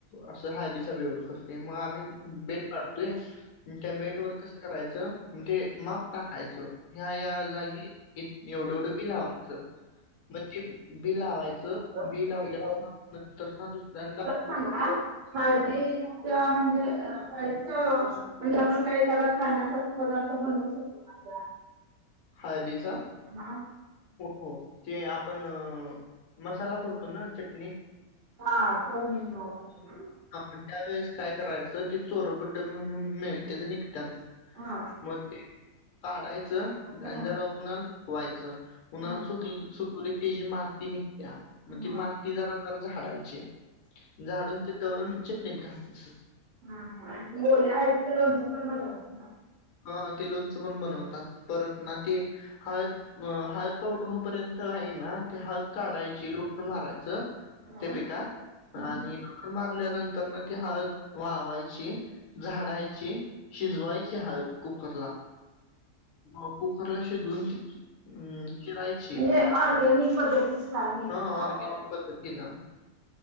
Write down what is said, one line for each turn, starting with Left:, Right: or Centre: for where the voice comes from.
Left: अस हळदीच बेवर करतय मग बेड पाडतोय त्या बेड वर कसं करायचं. म्हणजे माप टाकायचं ह्या ह्या जागी एवढं एवढं बी लावायचं. मग ते बी लावायचं
Right: ते
Left: बी लावल्यावर नंतर ना दुसऱ्यादा
Right: <unintelligible> हळदी म्हणजे हळदीच म्हणजे आपण काय त्याला खाण्यासाठी पदार्थ बनवू शकतो! का त्या
Left: हळदीचा?
Right: हा
Left: हो हो ते आपण मसाला करतो. ना चटणी
Right: हा त्या मध्ये वापरला ना!
Left: हा त्यावेेळेस काय करायचं ते चोरगुड्ड म्हणून मिळ त्याच निघत्यात
Right: हा
Left: मग ते काढायचं
Right: हा
Left: आणि जरा उन्हाला सुकवायचं उन्हाला
Right: हा
Left: सुकवलं सुकवली की त्याची माती निघत्या
Right: हा
Left: मग ती
Right: हा
Left: माती जरा जरा झाडायची झाडून ते दळून चटणीत घालायचं
Right: हा हा आणि त्या ओल्या हळदीचं लोणच पण बनवतात ना
Left: हो ते लोणचं पण बनवतात परत ना ते हळद मग हळद पावडर होपर्यंत नाही ना ती हळद काढायची रोटर मारायचं
Right: हा
Left: त्या पिकांत
Right: हा
Left: आणि रोटरी मारल्यानंतर पण मग ती हळद वाळवायची, झाडायची, शिजवायची हळद कुकरला मग कुकरला शिजून ती अ चिरायची
Right: म्हणजे ऑर्गॅनिक पद्धतीची हळद मिळते
Left: हा
Right: ना
Left: ऑरगॅनिक
Right: आपल्याला
Left: पद्धतीन